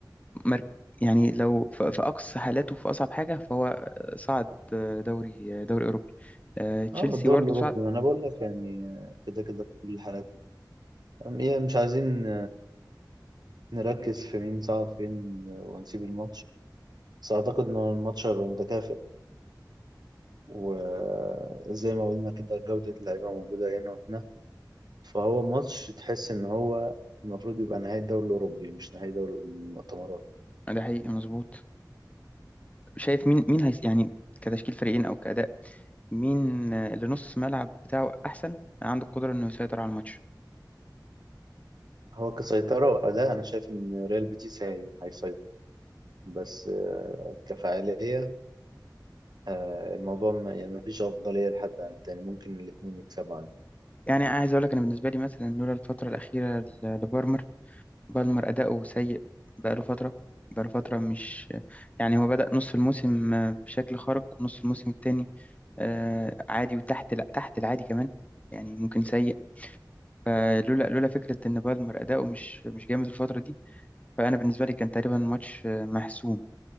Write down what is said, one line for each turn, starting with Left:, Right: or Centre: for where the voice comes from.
Left: مر- يعني لو ف- في أقصى حالاته في أصعب حاجة فهو آه، صعد آه، دوري آه، دوري أوروبي آه، تشيلسي
Right: اه الدوري
Left: برضه
Right: الأوروبي
Left: صعد
Right: أنا بقول لك يعني آه، كده كده في كل حالة أم إيه مش عايزين نركز في مين صعد فين ونسيب الماتش بس أعتقد إن الماتش هيبقى متكافئ وزي ما قلنا كده جودة اللعيبة موجودة هنا وهنا فهو ماتش تحس إن هو المفروض يبقى نهائي الدوري الأوروبي مش نهائي دوري المؤتمرات
Left: ده حقيقي مظبوط شايف مين مين هيس يعني كتشكيل فريقين أو كأداء مين اللي نص ملعب بتاعه احسن عنده القدره انه يسيطر على الماتش
Right: هو كسيطرة وأداء أنا شايف إن ريال بيتيس هي- هيسيطر بس آه، كفاعلية آه، الموضوع ما يعني ما فيش أفضلية لحد عن التاني ممكن الاتنين يكسبوا عادي
Left: يعني عايز اقول لك انا بالنسبه لي مثلا لولا الفتره الاخيره ل- لبالمر بالمر اداؤه سيء بقاله فتره بقاله فتره مش يعني هو بدأ نص الموسم بشكل خارق ونص الموسم التاني آه، عادي وتحت لا تحت العادي كمان يعني ممكن سيء فلولا لولا فكره ان بالمر اداؤه مش مش جامد الفتره دي فانا بالنسبه لي كان تقريبا الماتش آه، محسوم